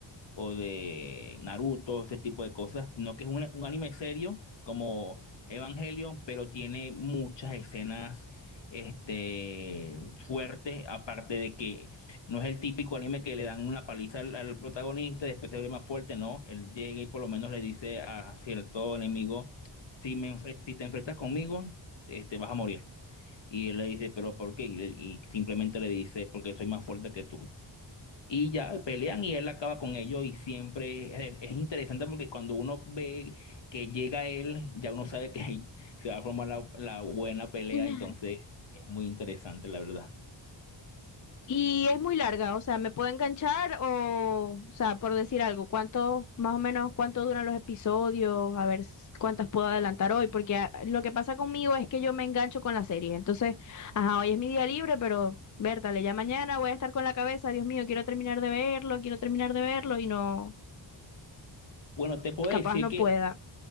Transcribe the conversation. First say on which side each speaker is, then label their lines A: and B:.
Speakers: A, on the left; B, on the left.
A: o de Naruto, ese tipo de cosas, sino que es un, un anime serio como Evangelion, pero tiene muchas escenas este, fuertes, aparte de que no es el típico anime que le dan una paliza al, al protagonista y después se ve más fuerte, no, él llega y por lo menos le dice a cierto enemigo, si, me, enfre- si te enfrentas conmigo, este, vas a morir. Y él le dice, pero ¿por qué? y y simplemente le dice, porque soy más fuerte que tú. Y ya pelean y él acaba con ellos y siempre es, es interesante porque cuando uno ve que llega él, ya uno sabe que <laughs> se va a formar la, la buena pelea,
B: <laughs>
A: entonces es muy interesante, la verdad.
B: Y es muy larga, o sea, ¿me puedo enganchar o, o sea, por decir algo, cuánto, más o menos, cuánto duran los episodios, a ver s- cuántas puedo adelantar hoy? Porque ah, lo que pasa conmigo es que yo me engancho con la serie, entonces, ajá, hoy es mi día libre, pero, Bertale, ya mañana voy a estar con la cabeza, Dios mío, quiero terminar de verlo, quiero terminar de verlo y no,
A: Bueno, te puedo
B: capaz
A: decir
B: no
A: que
B: pueda.